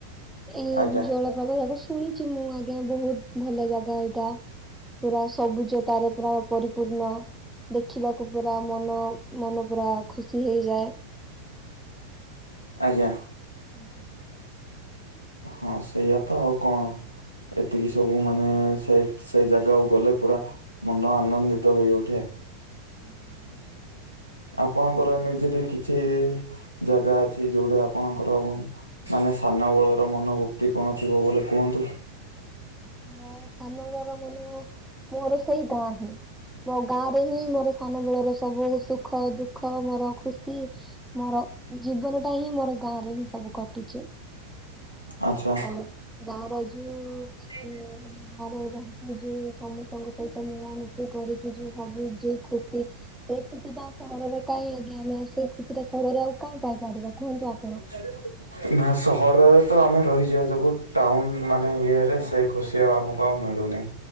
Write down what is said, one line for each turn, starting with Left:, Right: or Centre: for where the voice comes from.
Centre: ଏହି
Left: ଆଜ୍ଞା
Centre: ଜଳପ୍ରକପ ଶୁଣିଥିଲେ, ମୁଁ ଆଜ୍ଞା, ବହୁତ ଭଲ ଜାଗା ଏଇଟା। ପୁରା ସବୁ ଜୋତା ରେ ପୁରା ପରିପୂର୍ଣ୍ଣ। ଦେଖିବାକୁ ପୁରା ମନ, ମନ ପୁରା ଖୁସି ହେଇଯାଏ।
Left: ଆଜ୍ଞା।
Centre: ଉଁ, ହୁଁ।
Left: ହଁ ସେଇଆ ତ, ଆଉ କଣ? ଏତିକି ସବୁ ମାନେ, ସେ ସେ ଜାଗାକୁ ଗଲେ ପୁରା। ମନ ଆନନ୍ଦିତ ହୋଇଉଠେ।
Centre: ଉଁ ହୁଁ ଉଁ ହୁଁ।
Left: ଆପଣଙ୍କର ଏମିତି ଯଦି କିଛି ଜାଗା ଅଛି, ଯୋଉଟା ଆପଣଙ୍କର ମାନେ ସାନ ବଳର ମନଭୁକ୍ତି କଣ ଥିବ ବୋଲି କୁହନ୍ତୁ?
Centre: ମୋର ସାନଘର ବୁଲିବ, ମୋର ସେଇ ଗାଁ ହିଁ। ମୋ ଗାଁରେ ହିଁ ମୋର ସାନବେଳର ସବୁ ସୁଖଦୁଃଖ, ମୋର ଖୁସି। ମୋର ଜୀବନ ଟା ହିଁ ମୋର ଗାଁରେ ହିଁ ସବୁ କଟିଛି।
Left: ଆଚ୍ଛା।
Centre: ଆଉ ଗାଁର ଯୋଉଁ
Left: <unintelligible>
Centre: ବାହାରେ ରହିକି, ଯୋଉ ସମସ୍ତଙ୍କ ସହିତ ମିଳାମିଶି କରିକି, ଯୋଉଁ ସବୁ ଯୋଉ ଖୁସି ସେ ଖୁସିଟା ଆଉ ସହରରେ କାଇହିଁ ଆଜ୍ଞା? ଆମେ ସେ ଖୁସି ଟା ସହରରେ ଆଉ କାଇହିଁ ପାଇପାରିବା, କୁହନ୍ତୁ ଆପଣ?
Left: ଏବେ କୋଉଠି ଅଛନ୍ତି? ନା ସହରରେ ତ ଆମେ ରହିଯିବା ଯୋଗୁଁ, ଟାଉନ ମାନେ ଇଏରେ, ସେ ଖୁସି ଆଉ ଆମକୁ ଆଉ ମିଳୁନହିଁ।